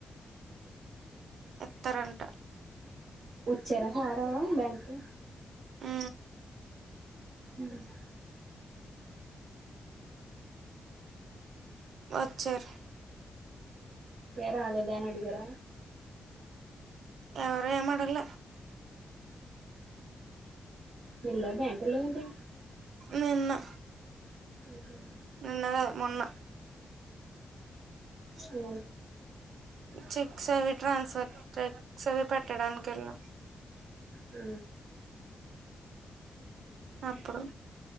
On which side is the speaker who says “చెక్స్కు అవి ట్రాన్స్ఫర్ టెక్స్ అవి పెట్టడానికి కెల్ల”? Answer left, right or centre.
Right